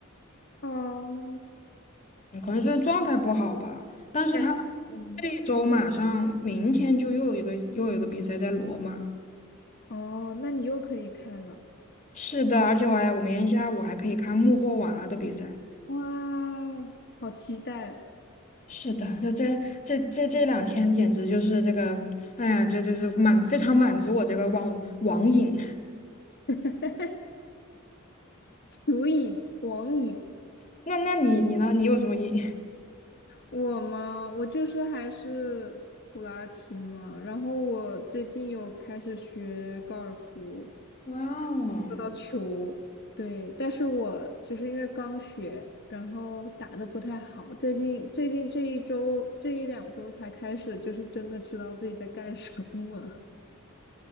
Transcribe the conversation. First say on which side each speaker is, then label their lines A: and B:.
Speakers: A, on the left; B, on the left.
A: 哦，
B: 嗯可能是状态不好吧。但是他
A: 感 <laughs>
B: 这一周马上明天就又有一个又有一个比赛在罗马。
A: 嗯，哦，那你又可以看了，
B: 是的，而且我还我明天下午还可以看穆霍娃的比赛。
A: 哇，好期待！
B: 是的，这这这这这两天简直就是这个，哎呀，这这是满非常满足我这个网网瘾。
A: <laughs> 球瘾，网影。
B: <laughs> 那那你你呢？你有什么瘾？
A: 我嘛，我就是还是普拉提嘛，然后我最近有开始学高尔夫，
B: <laughs> 哇哦，
A: 说到球，对，但是我就是因为刚学，然后打的不太好，最近最近这一周这一两周才开始，就是真的知道自己在干什么。